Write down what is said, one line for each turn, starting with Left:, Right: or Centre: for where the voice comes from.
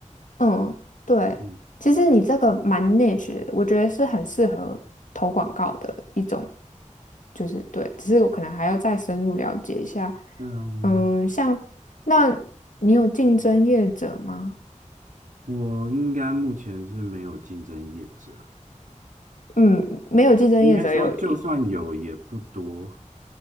Left: 嗯，对，
Right: 嗯
Left: 其实你这个蛮 niche，的我觉得是很适合投广告的一种，就是对，只是我可能还要再深入了解一下。
Right: 嗯，
Left: 嗯，像那你有竞争业者吗？
Right: 我应该目前是没有竞争业者，
Left: 嗯，没有竞争业者有
Right: 应该说就算有也不多。